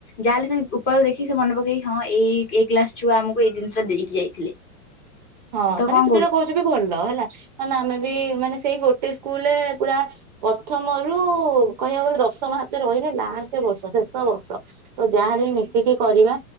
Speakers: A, on the left; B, on the right.
A: ଯାହାହେଲେ ସେ ଉପରକୁ ଦେଖିକି ସେ ମନେ ପକେଇକି ହଁ ଏଇ-ଏଇ ଏଇ କ୍ଲାସ୍ ଛୁଆ ଆମକୁ ଏଇ ଦିନିଷଟା ଦେଇକି ଯାଇଥିଲେ।
B: ହଁଅ-ଅ,
A: ତ
B: ମାନେ
A: କଣ
B: ତୁ ଯୋଉଟା କହୁଛୁ ବି ଭଲ ହେଲା, ନା ଆମେ ବି ମାନେ ସେଇ ଗୋଟେ ସ୍କୁଲରେ ପୁରା ପ୍ରଥମରୁ କହିବାକୁ ଗଲେ ଦଶମ ହାତରେ ରହିଲେ ଲାଷ୍ଟ ବର୍ଷ ଶେଷ ବର୍ଷ। ତ ଯାହାହେଲେ ବି ମିଶିକି କରିବା।